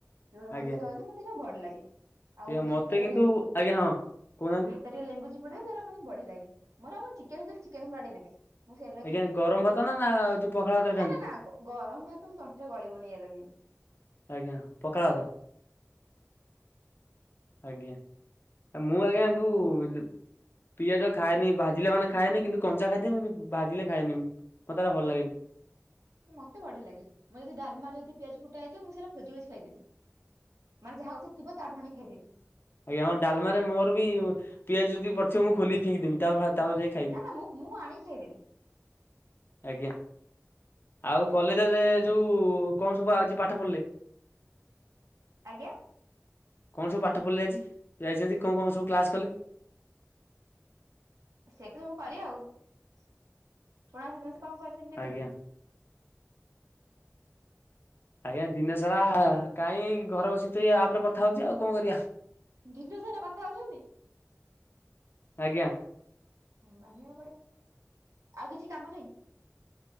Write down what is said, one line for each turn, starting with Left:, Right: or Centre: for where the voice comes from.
Right: ଲୁଣ ପକେଇି
Left: ଆଜ୍ଞା
Right: ଦଳିଦେବେ। ପୁରା ଭଲ୍ ଲାଗେ ଆଉ
Left: ଆଜ୍ଞା ମତେ
Right: ଭାତରେ
Left: କିନ୍ତୁ
Right: ଲେମ୍ବୁ
Left: ଆଜ୍ଞା ହଁ କହୁନାହାନ୍ତି
Right: ଭା ଟିକେ ଲେମ୍ୱୁ ଚିପାଡ଼ିବି ତାପରେ ମୋତେ ବଢ଼ିଆ ଲାଗେ ମୋର ଆଉ ଚିକେନ ଚିକେନ ମୁଁ ସେଇଆ ଲଗେଇ
Left: ଆଜ୍ଞା
Right: ଖାଇଦେବି।
Left: ଗରମ ଭାତ ନା ଯଉ ପଖାଳ ଭାତରେ
Right: ନା
Left: ଖାଆନ୍ତି?
Right: ନା ନା ଗରମ ଭାତ ମୋ ତଣ୍ଠିରେ ଗଳିବନି ଏ ଲାଗି।
Left: ଆଜ୍ଞା ପଖାଳ ଭାତ ଆଜ୍ଞା। ମୁଁ ଆଜ୍ଞା ଯଉ ପିଆଜ ଖାଏନି ଭାଜିଲା ମାନେ ଖଏନି କିନ୍ତୁ କଞ୍ଚା ଖାଇଦିଏ ଭାଜିଲେ ଖାଏନି ମୁଁ ଟୋଟାଲ ଭଲ ଲାଗେନି।
Right: ମତେ ବଢ଼ିଆ ଲାଗେ ଯଦି ଡଲମା ଯଦି ପିଆଜ ଫୁଟାହେଇଥବ ମୁଁ ସେଟା ଖୋଜି ଖୋଜି ଖଇଦେବି। ମାନେ ଯାହା ଠାରେ ଥିବ ତାଠୁ ଆଣି ଖଇଦେବି।
Left: ଆଜ୍ଞା ଡାଲମାରେ ମୋର ବି ପିଆଜ ଯଦି ପଡ଼ିଥିବ ମୁଁ ଖୋଲିିକିି ଫିଙ୍ଗିଦେବି। ତାପରେ ଯଇ ଖାଇବି
Right: ନା ନା ମୁଁ ମୁଁ ଆଣିକି ଖାଇଦେବି
Left: ଆଜ୍ଞା। ଆଉ କଲେଜରେ ଯଉ କଣ ସବୁ ଆଜି ପାଠ ପଢ଼ିଲେ?
Right: ଆଜ୍ଞା।
Left: କଣ ସବୁ ପାଠ ପଢ଼ିଲେ ଆଜି କୁହାଯାଇଛି କଣ କଣ ସବୁ କ୍ଲାସ କଲେ?
Right: ସେ ତ ସବୁ କରି ଆଉ ଛୁଆଙ୍କ ଜିନିଷ କଣ କରୁଛ ସେମିତି ଦେଖନ୍ତୁ।
Left: ଆଜ୍ଞା ଆଜ୍ଞା ଦିନ ସାରା କାଇଁ ଘର ବସି ଏ ଆପ୍ କଥା ହଉଚଛି ଆଉ କଣ କରିବା।
Right: ଦିନସାରା କଥା ହଉଛନ୍ତି?
Left: ଆଜ୍ଞା।
Right: ମାନିବାକୁ ପଡିବ ଆଉ କିଛି କାମ ନାହିଁ?